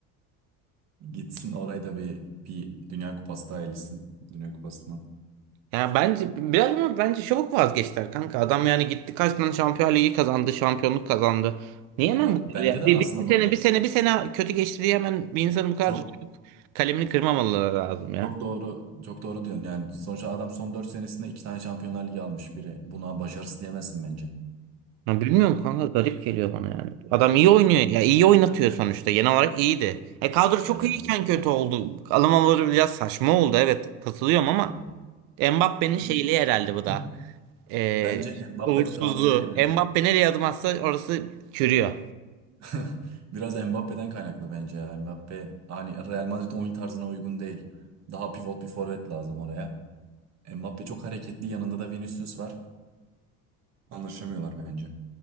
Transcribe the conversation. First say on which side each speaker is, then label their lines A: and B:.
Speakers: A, on the right; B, on the right.
A: Gitsin orayı da bir bir Dünya Kupası daha elitsin. Dünya Kupası'ndan.
B: Yani bence biraz ama bence çabuk vazgeçtiler kanka. Adam yani gitti kaç tane Şampiyonlar Ligi kazandı, şampiyonluk kazandı. Niye hemen
A: Ya
B: bu kadar?
A: bence
B: ya?
A: de
B: Bir,
A: aslında
B: bir, bir sene
A: ba-
B: bir sene bir sene kötü geçti diye hemen bir insanın bu kadar
A: çok
B: çabuk kalemini kırmamaları lazım ya.
A: Çok doğru, çok doğru diyorsun. Yani sonuçta adam son 4 senesinde 2 tane Şampiyonlar Ligi almış biri. Buna başarısı diyemezsin bence.
B: Ya bilmiyorum kanka garip geliyor bana yani. Adam iyi oynuyor ya iyi oynatıyor sonuçta genel olarak iyiydi. E kadro çok
A: Evet.
B: iyiyken kötü oldu. Alımları biraz saçma oldu evet katılıyorum ama
A: evet.
B: Mbappé'nin
A: Ben
B: şeyliği herhalde bu
A: <clears throat>
B: da. E,
A: bence Mbappe
B: uğursuzluğu.
A: transferi biraz.
B: Mbappé nereye adım atsa orası çürüyor.
A: <laughs> Biraz Mbappe'den kaynaklı bence ya. Mbappe hani Real Madrid oyun tarzına uygun değil. Daha pivot bir forvet lazım oraya. Mbappe çok hareketli. Yanında da Vinicius var. Anlaşamıyorlar bence.